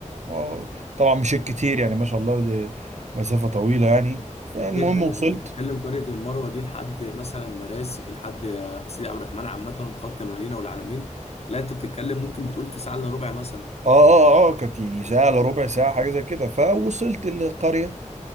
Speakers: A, on the right; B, on the left.
A: و- طبعا مشيت كتير يعني ما شاء الله دي مسافة طويلة يعني فالمهم
B: جدا يعني
A: وصلت
B: انت بتتكلم قرية المروة دي لحد مثلا مراسي لحد سيدي عبد الرحمن عامة خط مارينا والعلمين لا انت بتتكلم ممكن بتقول في ساعة الا ربع مثلا
A: اه اه اه كانت يعني ساعة الا ربع ساعة حاجة زي كده فوصلت القرية